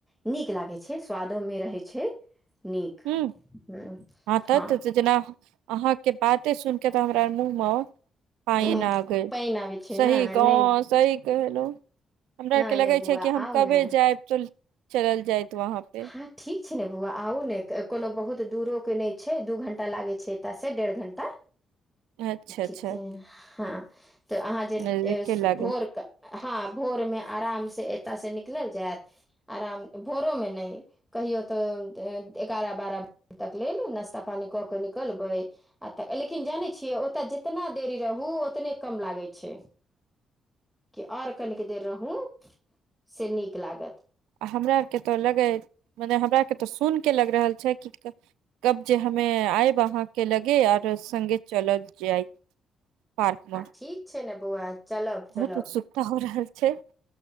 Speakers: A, in the centre; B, on the right (about 80°).
A: नीक लागे छैय स्वादो मे रहै छैय नीक।
B: ह
A: हूँ
B: आ त
A: हँ
B: त जेना अहाँके बाते सुन के तऽ हमरा मुँह मे पानि
A: उँ,
B: आ गैल
A: पानि आबै छै
B: सी
A: ने
B: कह
A: नहि
B: सी कहलो। हमरा आर
A: नहि
B: के लगे
A: नहि
B: छैय
A: बौआ
B: कि हम
A: आउ
B: कभे
A: ने
B: जायब तो चलल जायत वहां पे।
A: हँ ठीक छैय ने बौआ आउ ने कोनो बहुत दूरोके नहि छैय दू घण्टा लागै छैय एतऽसँ डेढ़ घण्टा।
B: अच्छा अच्छा
A: ठीक छैय हँ तऽ अहाँ जे
B: नजदीके लागै
A: भोरक हँ भोर मे आराम से एतय से निकलल जायत आराम भोरोमे नहि कहियो तऽ एगारह बारह बजे तक लेल नाास्ता पानी कऽ के निकलबै आ तऽ लेकिन जानै छियै ओतय जितना देरी रहू ओतने कम लागै छैय। कि आओर कनिक देर रहू से नीक लागत।
B: आ हमरा आर के तऽ लगे मने हमरा आर के तऽ सुन के लग रहल छैय कि कब जे हमे आयब अहाँ के लगे आर संगे चलल जाए पार्कमे।
A: हँ ठीक छैय ने बौआ चलब चलब।
B: उत्सुकता हो रहल छैय।